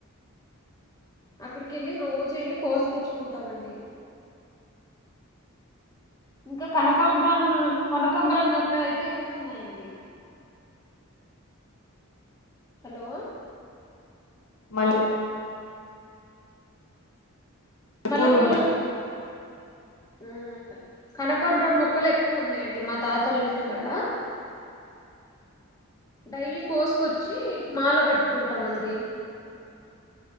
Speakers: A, on the left (about 15°); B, on the left (about 75°).
A: అక్కడికి వెళ్ళి రోజు వెళ్ళి కోసుకూచుకుంటామండి ఇంకా కనకంబ్రాల్ కనకాంబరం మొక్క అయితే ఎక్కువ ఉన్నాయండి హలో
B: మల్లి
A: మల్లెపూలు
B: పూలు ఉంటాయి
A: ఉమ్ కనకాంబరం మొక్కలు ఎక్కువ ఉన్నాయండి మా తాతోల్ ఇంటి కడ డైలీ కోసుకొచ్చి మాల కట్టుకుంటమండి